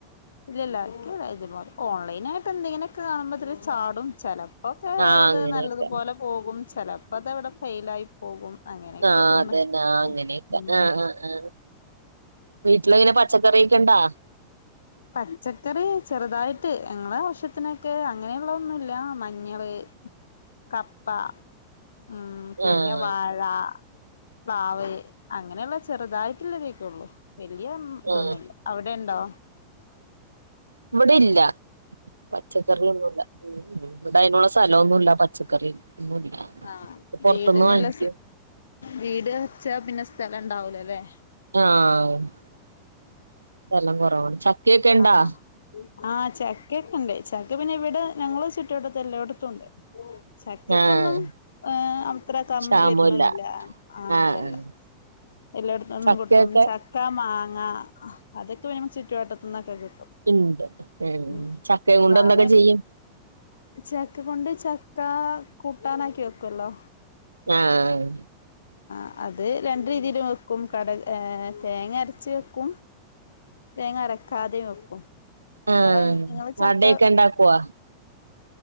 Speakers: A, on the left (about 70°); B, on the right (about 80°).
A: ഇല്ല ഇല്ല ഇതുപോലെ ഓൺലൈനായിട്ട് എന്തെങ്കനെയൊക്കെ കാണുമ്പോ ചാടും ചെലപ്പം ക്കെ
B: ആഹ്
A: അത്
B: അങ്ങനെയൊക്കെ
A: നല്ലതുപോലെ പോകും ചിലപ്പോ അത് അവിടെ ഫൈൽ ആയി പോകും അങ്ങനെയൊക്കെ
B: ആഹ
A: പോണ്
B: അതന്നെ അങ്ങനെയൊക്കെ
A: ഉം
B: ആഹ ആഹ് ആഹ വീട്ടില് എങ്ങനെ പച്ചക്കറിയൊക്കെ ണ്ടാ
A: പച്ചക്കറി ചെറുതായിട്ട് ഞങ്ങളെ ആവശ്യത്തിനൊക്കെ അങ്ങനെയുള്ള ഒന്നുല്ല മഞ്ഞള് കപ്പ ഉം പിന്നെ
B: ആഹ്
A: വാഴ പ്ലാവ് അങ്ങനെയുള്ള ചെറുതായിട്ടുള്ളതൊക്കെ ഒള്ളു വല്യ ഉം ഇതൊന്നുല്ല
B: ആഹ്
A: അവിടെ ഇണ്ടോ
B: ഇവിടെല്ല പച്ചക്കറിയൊന്നുല്ല ഇവിടയ്നുള്ള സ്ഥലൊന്നുലാ പച്ചക്കറി ഒന്നുല്ല
A: ആഹ
B: പൊറത്തുന്ന്
A: വീടിനുള്ള
B: വാങ്ങിക്കും
A: വീട് വച്ച പിന്നെ സ്ഥലം ഉണ്ടാവൂലല്ലേ
B: ആഹസ്ഥലം കുറവാണ് ചക്കയൊക്കെ ഇണ്ടാ
A: ആഹ് ആഹ് ചക്ക ഒക്കുണ്ട് ചക്ക് പിന്നെ ഇവിടെ ഞങ്ങള് ചുറ്റട്ടത്തെല്ല എല്ലേട്ത്തുംണ്ട് ചക്കക്കൊന്നും
B: ആഹ്
A: ഏർ അത്ര കമ്മി
B: ക്ഷാമൂല്ല
A: വരണെന്നില്ല ആഹ
B: ആഹ്
A: ഇല്ലല്ല.
B: ആഹ്
A: എല്ലേട്ത്ത്ന്നും
B: ചക്കയൊക്കെ
A: കിട്ടും ചക്ക മാങ്ങ അതൊക്കെ വേണേ ചുറ്റുവട്ടത്ത്ന്നൊക്കെ കിട്ടും
B: ഇണ്ട് ഉം
A: ഉ
B: ചക്കയും കൊണ്ട്
A: മാങ്ങ
B: എന്തൊക്കെ ചെയ്യും
A: ചക്ക് കൊണ്ട് ചക്ക് ക്ക കൂട്ടാനാക്കി വെക്കല്ലോ
B: ആഹ്
A: ആ അത് രണ്ട്‌ രീതിലും വെക്കും കട ഏ തേങ്ങ അരച്ച് വെക്കും. തേങ്ങ അരക്കാതെയ വെക്കും നിങ്ങളെ
B: ആഹ്
A: നിങ്ങള് ചക്ക
B: അടയൊക്കെ ഇണ്ടാക്കുവോ